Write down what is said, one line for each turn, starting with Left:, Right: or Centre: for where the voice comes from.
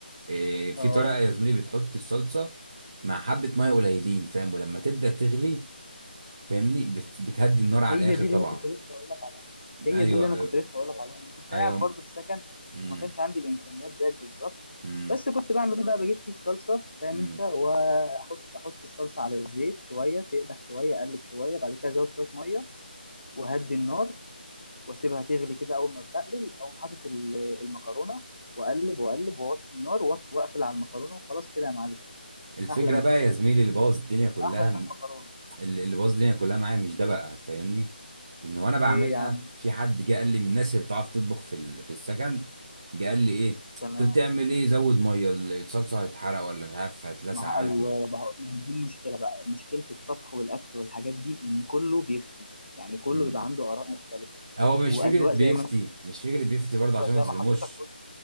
Right: إيه، في
Left: اه
Right: طريقه يا زميلي بتحط الصلصه مع حبه ميه قليلين فاهم ولما تبدا تغلي فاهمني بت... بتهدي النار على
Left: هي
Right: الاخر
Left: دي
Right: طبعا
Left: اللي انا كنت لسه هقول لك هي
Right: ايوه
Left: دي اللي انا
Right: ايوه
Left: كنت لسه هقول لك عليها انا كنت
Right: ايوه
Left: قاعد برضه في سكن
Right: امم
Left: وما كانش عندي الامكانيات زيك بالظبط
Right: امم
Left: بس كنت بعمل ايه بقى بجيب كيس صلصه فاهم
Right: امم
Left: انت واحط احط الصلصه على الزيت شويه تقدح شويه اقلب شويه بعد كده ازود شويه ميه وهدي النار واسيبها تغلي كده اول ما تبقلل اقوم حاطط ال- المكرونه واقلب واقلب واوطي النار وأط- واقفل على المكرونه وخلاص كده يا معلم
Right: الفكره
Left: احلى مسا
Right: بقى يا زميلي اللي بوظ الدنيا كلها
Left: احلى شويه مكرونه
Right: اللي اللي بوظ الدنيا كلها معايا مش ده بقى فاهمني ان وانا بعملها
Left: ايه يا عم
Right: في حد جه قال لي من الناس اللي بتعرف تطبخ في ال- في السكن جه قال لي ايه
Left: تمام
Right: انت بتعمل ايه زود ميه الصلصه هتحرق ولا مش عارف هتلسع
Left: ما
Right: حاجه
Left: هو- ايوه
Right: كده
Left: ما هو- ما هي دي المشكله بقى مشكله الطبخ والاكل والحاجات دي ان كله بيفتي يعني كله
Right: امم
Left: بيبقى عنده اراء مختلفه
Right: هو مش
Left: واذواق
Right: فكره بيفتي
Left: زي ما انت
Right: مش فكره بيفتي برضه عشان
Left: أذواق زي
Right: ما اظلموش
Left: ما حضرتك قلت